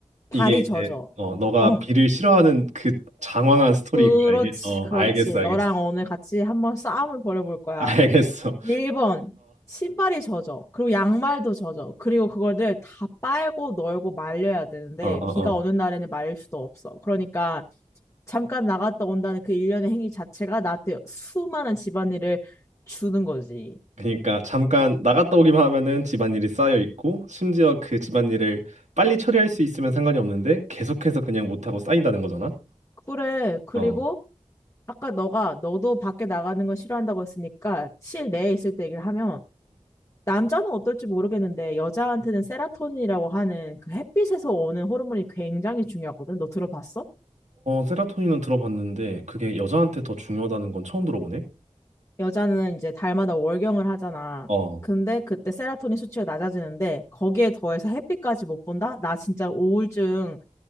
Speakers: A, on the right (about 75°); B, on the left (about 25°).
A: 이게
B: 발이 젖어.
A: 이제 어 너가
B: 어,
A: 비를 싫어하는 그 장황한 스토리인
B: 그렇지,
A: 거야 이게 어
B: 그렇지.
A: 알겠어 알겠어
B: 너랑 오늘 같이 한번 싸움을 벌여볼 거야.
A: <laughs> 알겠어
B: 1번. 신발이 젖어. 그리고 양말도 젖어. 그리고 그거를 다 빨고 널고 말려야 되는데,
A: 그어어어어어어
B: 비가 오는 날에는 말릴 수도 없어. 그러니까 잠깐 나갔다 온다는 그 일련의 행위 자체가 나한테 수많은 집안일을 주는 거지.
A: 그러니까 잠깐 나갔다 오기만 하면은 집안일이 쌓여 있고 심지어 그 집안일을 빨리 처리할 수 있으면 상관이 없는데 계속해서 그냥 못하고 쌓인다는 거잖아
B: 그래. 그리고
A: 어음음어
B: 아까 너가 너도 밖에 나가는 건 싫어한다고 했으니까 실내에 있을 때 얘기를 하면 남자는 어떨지 모르겠는데 여자한테는 세라토닌이라고 하는 그 햇빛에서 오는 호르몬이 굉장히 중요하거든. 너 들어봤어?
A: 세라토닌은 들어봤는데 그게 여자한테 더 중요하다는 건 처음 들어보네
B: 여자는 이제 달마다 월경을 하잖아.
A: 어,
B: 근데 그때 세라토닌 수치가 낮아지는데 거기에 더해서 햇빛까지 못 본다? 나 진짜 우울증